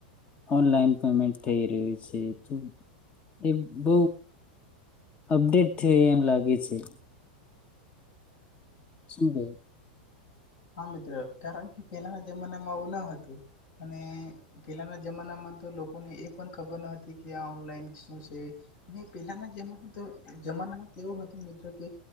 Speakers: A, on the left; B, on the left.
A: ઓનલાઈન પેમેન્ટ થઈ રહ્યું છે. તો એ બવ અપડેટ થયો એમ લાગે છે. શુંભો.
B: હા મિત્ર, કારણ કે પહેલાના જમાનામાં આવું ન હતું અને પહેલાના જમાનામાં તો લોકોને એ પણ ખબર ન હતી કે આ ઓનલાઈન શું છે અને પહેલાના જમા તો જમાનામાં એવું હતુ મિત્ર કે